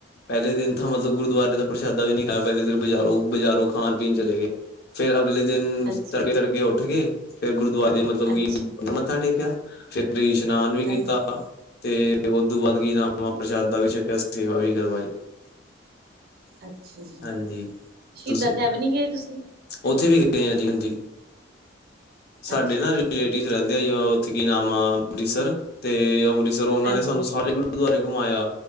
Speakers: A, on the left; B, on the right.
A: ਪਹਿਲੇ ਦਿਨ ਤਾਂ ਮਤਲਬ ਗੁਰਦੁਆਰੇ ਦਾ ਪ੍ਰਸ਼ਾਦਾ ਵੀ ਨਹੀਂ ਖਾਇਆ। ਪਹਿਲੇ ਦਿਨ ਬਾਜ਼ਾਰੋ, ਬਾਜ਼ਾਰੋ ਖਾਣ ਪੀਣ ਚਲੇ ਗਏ। ਫੇਰ ਅਗਲੇ ਦਿਨ
B: ਹਾਂਜੀ
A: ਤੜਕੇ, ਤੜਕੇ ਉੱਠ ਕੇ ਫੇਰ ਗੁਰਦੁਆਰੇ ਮਤਲਬ
B: ਅੱਛਾ
A: ਕਿ ਮੱਥਾ ਟੇਕਿਆ। ਫੇਰ ਇਸ਼ਨਾਨ ਵੀ ਕੀਤਾ।
B: ਹਾਂਜੀ
A: ਤੇ ਦੋਂ ਬਾਅਦ ਕੀ ਰਾਮਾਂ ਪ੍ਰਸ਼ਾਦ ਦਾ ਵੀ ਛਕਿਆ ਸੇਵਾ ਵੀ ਕਰਵਾਈ।
B: ਅੱਛਾ ਜੀ,
A: ਹਾਂਜੀ
B: ਸ਼ਹੀਦਾਂ
A: ਤੁਸੀਂ
B: ਸਾਹਿਬ ਨਹੀਂ ਗਏ ਤੁਸੀਂ?
A: ਉੱਥੇ ਵੀ ਗਏ ਆ ਜੀ। ਹਾਂਜੀ, ਸਾਡੇ
B: ਅੱਛਾ
A: ਨਾ
B: ਜੀ
A: ਰਿਲੇਟਿਵ ਰਹਿੰਦੇ ਆ ਜੀ। ਕੀ ਨਾਮ ਆ ਅੰਮ੍ਰਿਤਸਰ ਤੇ ਅੰਮ੍ਰਿਤਸਰ ਉਹਨਾਂ
B: ਹਾਂਜੀ
A: ਨੇ ਸਾਨੂੰ ਸਾਰੇ
B: ਹਾਂਜੀ
A: ੁਰਦੁਆਰੇ ਘੁੰਮਾਇਆ